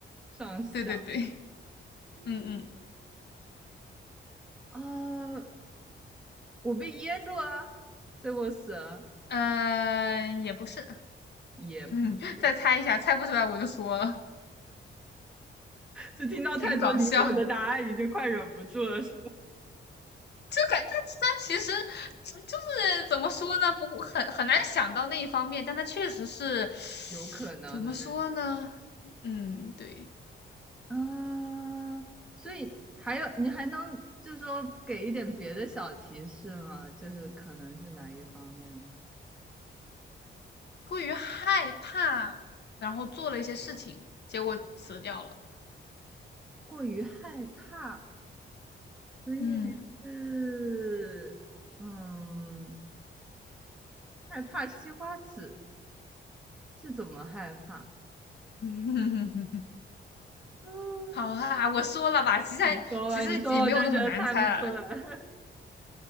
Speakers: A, in the centre; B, on the left.
A: 上想。
B: 对对对，
A: 嗯，
B: 嗯嗯。
A: 啊，我被噎住了，所以我死了，
B: 呃，也不是，<laughs>
A: 也不是，
B: 嗯，再猜一下，猜不出来我就说了，
A: 是听到太多离谱的答案，
B: 挺搞笑。
A: 已经快忍不住了，是吗？
B: 就感觉他他其实嗯就是怎么说呢，不很很难想到那一方面，但他确实是
A: 有可能的那种
B: 怎么说呢？嗯，对，
A: 啊，所以还有你还能就是说给一点别的小提示吗？就是可能是哪一方面
B: 过于害怕，然后做了一些事情，结果死掉了。
A: 过于害怕，所以是嗯
B: 嗯，
A: 害怕西瓜籽，这怎么害怕？
B: <laughs>
A: <laughs> 嗯，
B: 好啊，我说了吧，其实还其实也没有那么难猜了，
A: 你说吧，你说吧，我就觉得猜不出来。<laughs>